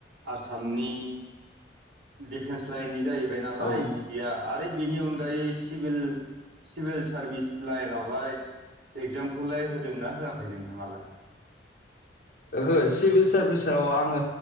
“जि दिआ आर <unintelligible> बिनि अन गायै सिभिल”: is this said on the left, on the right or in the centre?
Right